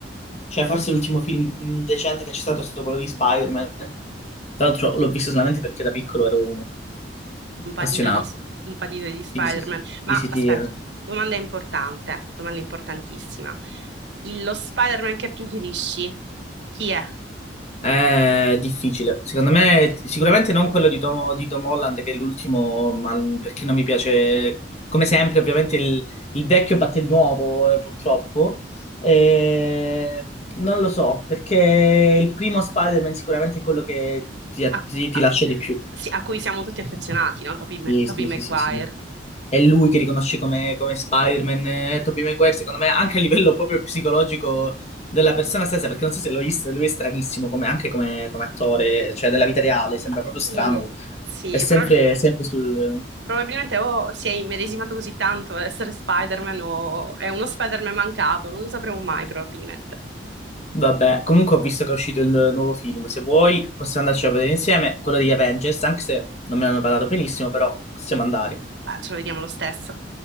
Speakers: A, on the left; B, on the right.
A: Cioè, forse l'ultimo film mh, decente che c'è stato è stato quello di Spider-Man. Tra l'altro l'ho visto solamente perché da piccolo ero
B: un patito
A: appassionato.
B: di, un patito di Spider-Man.
A: Sì, sì, sì,
B: Ma
A: sì, sì,
B: aspetta,
A: sì, eh.
B: domanda importante, domanda importantissima. Il- lo Spider-Man che preferisci, chi è?
A: È difficile. Secondo me, t- sicuramente non quello di Tom, di Tom Holland, che è l'ultimo, ma n- perché non mi piace. Come sempre, ovviamente, il, il vecchio batte il nuovo, eh, purtroppo. Eh, non lo so, perché il primo Spider-Man sicuramente è quello che ti,
B: a,
A: ti- ti
B: a-
A: lascia di più.
B: sì, a cui siamo tutti affezionati, no? Tobey, Ma-
A: Sì,
B: Tobey
A: sì,
B: Maguire.
A: sì, sì, sì. È lui che riconosce come, come Spider-Man, è Tobey Maguire, secondo me, anche a livello proprio psicologico della persona stessa, perché non so se l'ho visto, lui è stranissimo come- anche come, come attore, cioè della vita reale, sembra proprio strano.
B: Sì, sì,
A: È sempre,
B: pro-
A: sempre sul...
B: probabilmente o si è immedesimato così tanto ad essere Spider-Man o è uno Spider-Man mancato, non lo sapremo mai probabilmente.
A: Vabbè, comunque ho visto che è uscito il nuovo film, se vuoi possiamo andarci a vedere insieme, quello degli Avengers, anche se non me ne hanno parlato benissimo, però possiamo andare.
B: Beh, ce lo vediamo lo stesso,